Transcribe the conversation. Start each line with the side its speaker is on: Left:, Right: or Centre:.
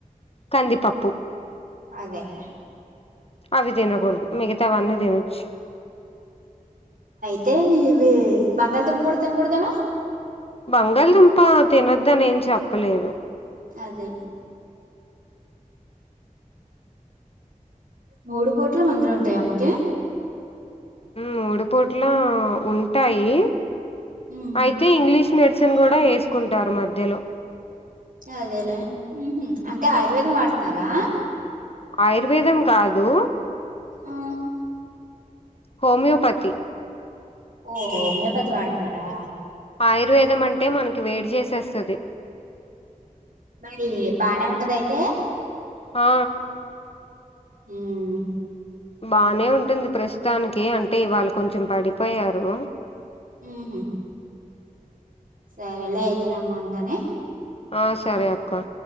Left: కందిపప్పు
Right: అదేలేే
Left: అవి తినకూడదు మిగతా అవన్నీ తినొచ్చు
Right: అయితే ఇవి బంగాళదమ్ము కూడా తినకూడదేమో
Left: బంగాళదుంప తినొద్దని ఏం చెప్పలేదు
Right: అదేలే మూడు పూటల మందులు ఉంటాయి అమ్మకి
Left: మూడుపోట్లో ఉంటాయి
Right: ఉమ్
Left: అయితే ఇంగ్లీష్ మెడిసిన్ కూడా వేసుకుంటారు మధ్యలో
Right: అదేలే ఉహూ అంటే ఆయుర్వేదం వాడుతున్నారా
Left: ఆయుర్వేదం కాదు
Right: ఆ
Left: హోమియోపతి
Right: ఓహో హోమియోపతి వాడుతున్నారా
Left: ఆయుర్వేదం అంటే మనకి వేడి చేసేస్తది
Right: మరి బానే ఉంటదా అయితే
Left: ఆ
Right: ఉమ్మ్
Left: బానే ఉంటుంది ప్రస్తుతానికి అంటే ఇవాళ కొంచెం పడిపోయారు
Right: ఉహూ సరేలే అయితేనమ్మ ఉంటానే
Left: ఆ సరే అక్క